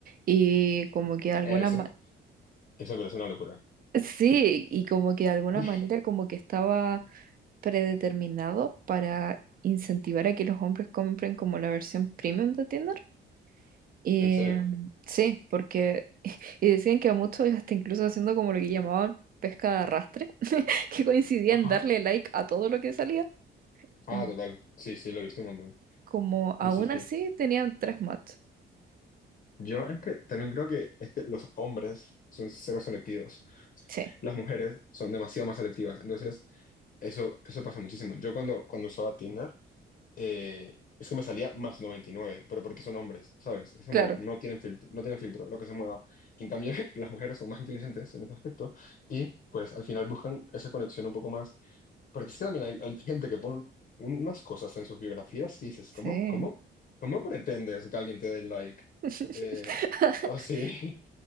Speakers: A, on the right; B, on the left.
A: Y como que de alguna
B: Eso,
A: ma-
B: eso me parece una locura.
A: sí, y como que de alguna
B: <laughs>
A: manera como que estaba predeterminado para incentivar a que los hombres compren como la versión premium de Tinder. Y
B: ¿En serio?
A: em, sí, porque <laughs> y decían que a muchos hasta incluso haciendo como lo que llamaban pesca de arrastre, <laughs> que coincidían
B: Ajá.
A: darle like a todo lo que salía,
B: Ah,
A: como,
B: total. Sí, sí, lo he visto un montón.
A: como aún
B: Sí, sí, sí.
A: así tenían tres match.
B: Yo es que también creo que, es que los hombres son cero selectivos.
A: Sí,
B: las mujeres son demasiado más selectivas. Entonces, eso, eso pasa muchísimo. Yo cuando, cuando usaba Tinder, eh, es que me salía más 99 pero porque son hombres, ¿sabes? Es como,
A: claro.
B: no tienen filtro, no tienen filtro, lo que se mueva. En cambio, <laughs> las mujeres son más inteligentes en ese aspecto y pues al final buscan esa conexión un poco más. Porque es que también hay, hay gente que pone un- unas cosas en sus biografías y dices,
A: Sí.
B: ¿cómo, cómo, cómo pretendes que alguien te dé like?
A: <laughs>
B: Eh, así,